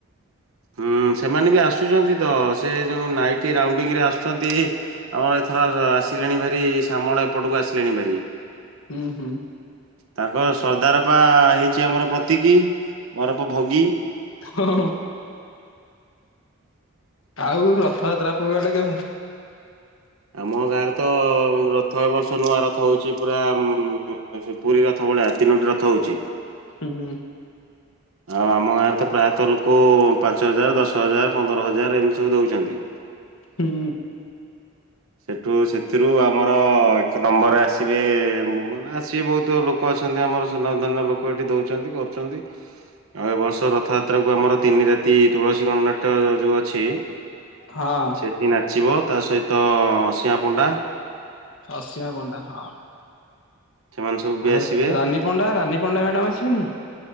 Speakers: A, on the right; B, on the left.
A: ହୁଁ ସେମାନେ ବି ଆସୁଛନ୍ତି ତ ସେ ଯୋଉ ନାଇଟି ରାଉଣ୍ଡିଙ୍ଗରେ ଆସୁଛନ୍ତି ଆମ ଓହ ଆସିଲେଣି ଭାରି ଶାମଳ ଏପଟକୁ ଆସିଲେଣି ଭାରି।
B: ହୁଁ ହୁଁ।
A: ତାଙ୍କ ସର୍ଦ୍ଦାରପା ହେଇଛି ଆମର ପ୍ରତିକି। ଅରଫ ଭୋଗୀ
B: ହଁ ଆଉ ରଥଯାତ୍ରା ଆପଣଙ୍କ ଆଡେ କେମିତି?
A: ଆମ ଗାଁରେ ତ-ଅ-ଅ-ଅ ରଥ ଏ ବର୍ଷ ନୂଆ ରଥ ହଉଛି ପୁରା ଉଁମ-ମ୍-ମ୍-ମ୍ ପୁରୀ ରଥ ପୁଳା ତିନୋଟି ରଥ ହଉଛି।
B: ହୁଁ।
A: ଆଉ ଆମ ଗାଁରେ ତ ପ୍ରାୟତଃ ଲୋକୋ ପାଞ୍ଚ ହଜାର, ଦଶ ହଜାର, ପନ୍ଦର ହଜାର ଏମିତି ସବୁ ଦେଉଛନ୍ତି।
B: ହୁଁ।
A: ସେଠୁ ସେଥିରୁ ଆମର-ଅ-ଅ-ଅ ଏକ ନମ୍ବର ଆସିବେ-ଏ-ଏଯୋଉମାନେ ଆସିବେ ବହୁତ ଲୋକ। ଅଛନ୍ତି ଆମର ସୁନାଧନ୍ୟ ଲୋକ ଏଠି ଦଉଛନ୍ତି କରୁଛନ୍ତି। ଆଉ ଏବ ବର୍ଷ ରଥଯାତ୍ରା କୁ ଆମର ତିନି ରାତି ତୁଳସୀ ଗଣନାଟ୍ୟ ଯ ଯୋଉ ଅଛି
B: ହଁ
A: ସେଠି ନାଚିବ ତା ସହିତ ଅସିମା ପଣ୍ଡା।
B: ଅଶୀମା ପଣ୍ଡା ହଁ।
A: ସେମାନେ ସବୁ ବି
B: ଆଉ
A: ଆସିବେ
B: ରାନୀ ପଣ୍ଡା, ରାନୀ ପଣ୍ଡା ମ୍ୟାଡାମ ଆସିବନି?